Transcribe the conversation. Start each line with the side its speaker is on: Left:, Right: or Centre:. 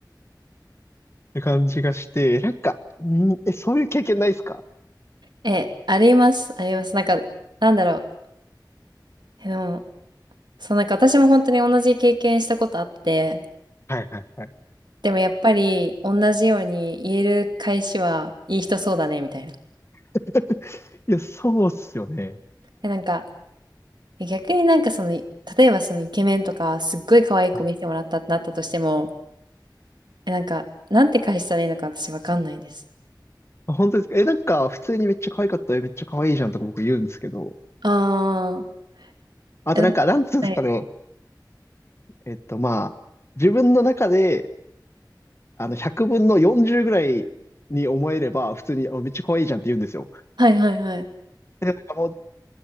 Left: って感じがして、なんか、うん、え、そういう経験ないですか
Right: ん。え、あります、あります。なんか、なんだろう。え、でも、そう、なんか私も本当に同じ経験したことあって、
Left: はいはいはい。
Right: でもやっぱり同じように言える返しはいい人そうだね、みたいな。
Left: <laughs> いや、そうっすよね。
Right: え、なんか、え逆になんかその、例えばそのイケメンとか、すっごい可愛い子見せてもらったってなったとしても、
Left: はい
Right: え、なんか、なんて返したらいいのか私わかんないです。
Left: あ、本当ですかえ、なんか、普通にめっちゃ可愛かったよ。めっちゃ可愛いじゃんとか僕言うんですけど。
Right: ああ。
Left: あとなんか、
Right: え、なんかはい。
Left: なんつうんですかね。えっと、まあ、自分の中で、あの、100分の40ぐらいに思えれば、普通に、あ、めっちゃ可愛いじゃんって言うんですよ。
Right: はいはいはい。
Left: で、なんかもう、